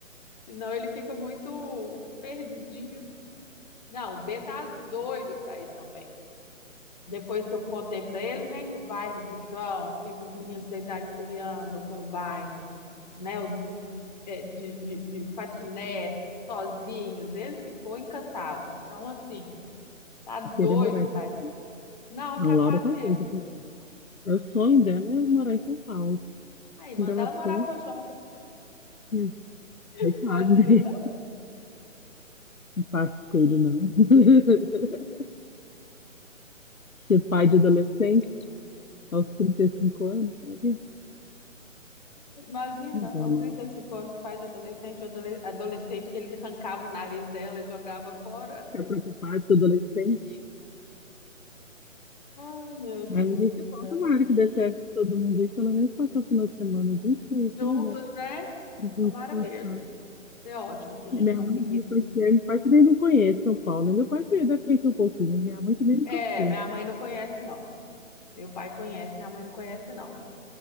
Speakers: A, on the left (about 30°); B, on the left (about 85°).
A: senão ele fica muito perdidinho. Não, o B tá doido pra ir também. Depois que eu contei pra ele, né, que o bairro do João, que os meninos da idade que ele andam pelo bairro, né, o- é, de, de, de patinete, sozinhos, ele ficou encantado. Então, assim, tá doido
B: Querer morar em
A: pra
B: São Paulo.
A: ir. Não, é
B: Não,
A: capaz
B: a Laura tá
A: mesmo.
B: doida pra ir. É O sonho dela é morar em São Paulo.
A: Aí, manda
B: Quando ela
A: ela morar
B: for,
A: com o João,
B: hum, coitado,
A: imagina.
B: né? Não faço isso com ele, não. <laughs> Ser pai de adolescente aos 35 anos, sabe?
A: Imagina,
B: Não dá,
A: aos
B: não.
A: 35 anos, pais de adolescente, ou adole- adolescente que ele arrancava o nariz dela e jogava fora.
B: Ficar preocupado com adolescente.
A: Ai, meu Deus
B: Ai, mas isso
A: do
B: é bom,
A: céu.
B: tomara que dê certo pra todo mundo aí, pelo menos passar o final de semana junto, daí isso
A: Juntos,
B: é legal.
A: né?
B: A gente
A: Tomara
B: descansar.
A: mesmo. Vai ser ótimo se a
B: Minha
A: gente conseguir.
B: mãe depois que é, meu pai também não conhece São Paulo, né? Meu pai conhece, deve conhecer um pouquinho, mas minha mãe também nunca
A: É,
B: foi.
A: minha mãe não conhece, não. Meu pai conhece, minha mãe não conhece, não.